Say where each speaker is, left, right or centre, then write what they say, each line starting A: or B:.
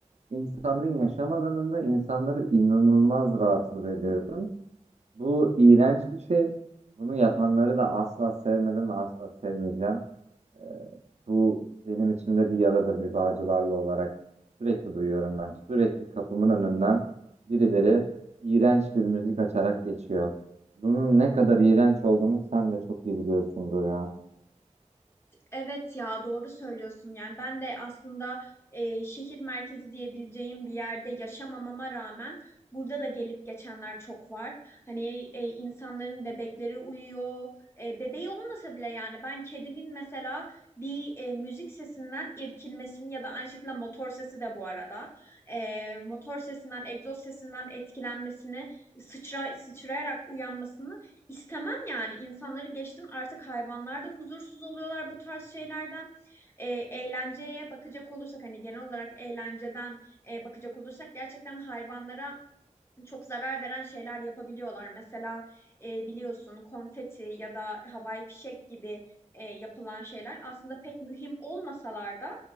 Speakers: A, on the right; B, on the left.
A: İnsanların yaşam alanında insanları inanılmaz rahatsız ediyorsun. Bu iğrenç bir şey. Bunu yapanları da asla sevmedim ve asla sevmeyeceğim. Ee, bu benim içimde bir yaradır bir Bağcılarlı olarak. Sürekli duyuyorum ben. Sürekli kapımın önünden birileri iğrenç bir müzik açarak geçiyor. Bunun ne kadar iğrenç olduğunu sen de çok iyi biliyorsundur ya.
B: evet ya doğru söylüyorsun. Yani ben de aslında e, şehir merkezi diyebileceğim bir yerde yaşamamama rağmen burada da gelip geçenler çok var. Hani e, insanların bebekleri uyuyor. E, bebeği olmasa bile yani ben kedimin mesela bir e, müzik sesinden irkilmesini ya da aynı şekilde motor sesi de bu arada. E, motor sesinden, egzoz sesinden etkilenmesini, sıçra, sıçrayarak uyanmasını İstemem yani insanları geçtim artık hayvanlar da huzursuz oluyorlar bu tarz şeylerden. E, eğlenceye bakacak olursak hani genel olarak eğlenceden e, bakacak olursak gerçekten hayvanlara çok zarar veren şeyler yapabiliyorlar. Mesela e, biliyorsun konfeti ya da havai fişek gibi e, yapılan şeyler aslında pek mühim olmasalar da